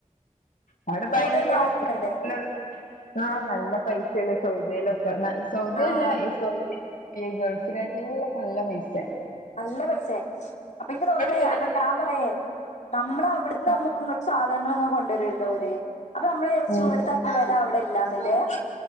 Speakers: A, on the left (about 85°); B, on the left (about 60°).
A: അവിടെ ഭയങ്കര
B: മൂന്ന് നാലൊക്കെണ്ട്
A: <unintelligible> ആഹ് നല്ല പൈസല്ലേ സൗദിയല്ല തന്നെ സൗദി
B: ആഹ്
A: അല്ല ഈ സൗദി <unintelligible> വിദേശരാജ്യങ്ങളിലൊക്കെ നല്ല പൈസ
B: നല്ല പൈസയാ അപ്പൊ എനിക്ക് തോന്നണ
A: പിന്നെ
B: അപ്പൊ ഞാൻ പറയേ നമ്മള അവിടുന്ന്
A: ക-
B: നമ്മുക്ക് ഇങ്ങോട്ട് സ ധനങ്ങളൊക്കെ കൊണ്ടുവരുമല്ലോ ഓര് അപ്പൊ നമ്മൾ വിചാരിച്ചു
A: ഉം.
B: ഇവിടുത്തെ അത്ര വില അവിടെ ഇല്ലാന്നല്ലേ